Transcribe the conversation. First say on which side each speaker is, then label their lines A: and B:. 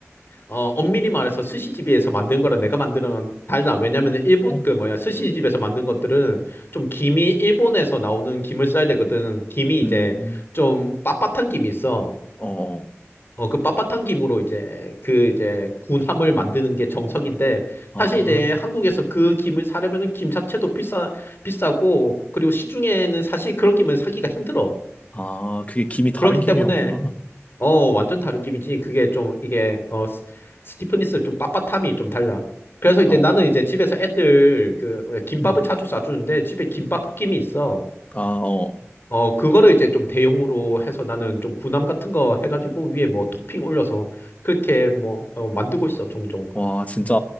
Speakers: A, on the left (about 50°); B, on the left (about 30°).
A: 어, 엄밀히 말해서 스시집에서 만든 거랑 내가 만드는 건 달라. 왜냐면은 일본,
B: 어,
A: 그 뭐야, 스시집에서 만든 것들은 좀 김이 일본에서 나오는 김을 써야 되거든. 김이 이제
B: 음,
A: 좀 빳빳한 김이 있어.
B: 어, 어.
A: 어, 그 빳빳한 김으로 이제 그 이제 군함을 만드는 게 정석인데
B: 아,
A: 사실 이제 한국에서 그 김을 사려면은 김 자체도 비싸, 비싸고 그리고 시중에는 사실 그런 김을 사기가 힘들어.
B: 아, 그게 김이 다른
A: 그렇기
B: 김이었구나.
A: 때문에 어, 완전 다른 김이지. 그게 좀, 이게, 어, 스- 스티프니스 좀 빳빳함이 좀 달라. 그래서 이제
B: 어,
A: 나는 이제 집에서 애들 그, 뭐야, 김밥을
B: 음.
A: 자주 싸주는데 집에 김밥 김이 있어.
B: 아, 어, 어.
A: 어, 그거를 이제 좀 대용으로 해서 나는 좀 구남 같은 거 해가지고 위에 뭐 토핑 올려서 그렇게 뭐, 어, 만들고 있어, 종종.
B: 와, 진짜